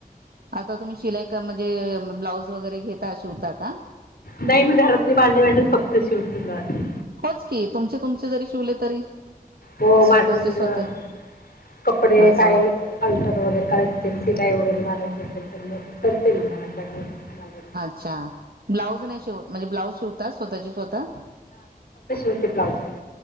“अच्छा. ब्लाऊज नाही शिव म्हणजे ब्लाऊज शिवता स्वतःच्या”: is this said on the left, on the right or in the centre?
Right